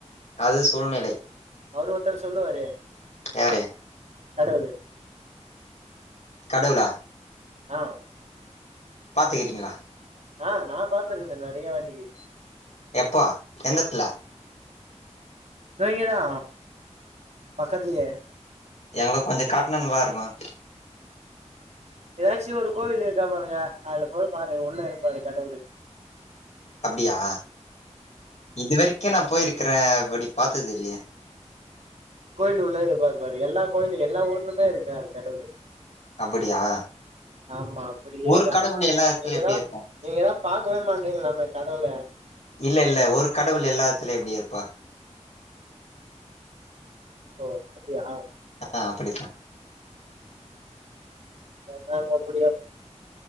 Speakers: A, on the left; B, on the right.
A: அது சூழ்நிலை
B: அவர் ஓருதர் சொல்லுவாரு
A: யாரு
B: கடவுளு
A: கடவுளா
B: ஆ
A: பாத்துக்கிறீங்களா
B: ஆ நான் பார்த்திருந்தே நிறைய வாட்டிக்கு
A: எப்போ எந்தத்துல
B: இதோ இங்கதா பக்கத்திலே
A: எங்களுக்கு கொஞ்சம் காட்டினா நல்லா இருக்கும்
B: ஏதாச்சும் ஒரு கோவில் இருக்கா பாருங்க அதுல போய் பாருங்க உள்ள இருப்பாரு கடவுள்
A: அப்படியா இதுவரைக்கும் நான் போயிருக்கிறேன் படி பாத்தது இல்லையே
B: கோயிலு உள்ள இரு பாரு பாரு எல்லா கோயில எல்லா ஊர்லயுமே இருப்பாரு கடவுள்
A: அப்படியா
B: ஆமா அப்படியேதான்
A: ஒரு கடவுள் எல்லா இடத்துல
B: நீங்கதான்
A: எப்படி இருக்கும்
B: நீங்கதான் பார்க்கவே மாட்ட நீங்களாமே கடவுல
A: இல்ல இல்ல ஒரு கடவுள் எல்லாத்துல எப்படி இருப்பா
B: ஓ அப்டியா
A: ஆஹ் அப்டித்தான்
B: நாங்கோ அப்டியா